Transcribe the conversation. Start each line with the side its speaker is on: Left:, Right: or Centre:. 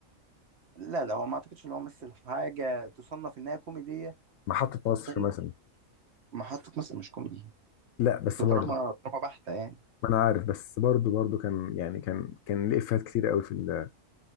Right: لا لا هو ما اعتقدش ان هو مثل حاجه تصنف انها كوميديه
Left: محطه مصر
Right: وكان
Left: مثلا
Right: محطه مصر مش كوميدي
Left: لا بس
Right: ده
Left: برضه
Right: دراما دراما بحته يعني
Left: ما انا عارف بس برضه برضه كان يعني كان كان ليه افيهات كتير قوي في ال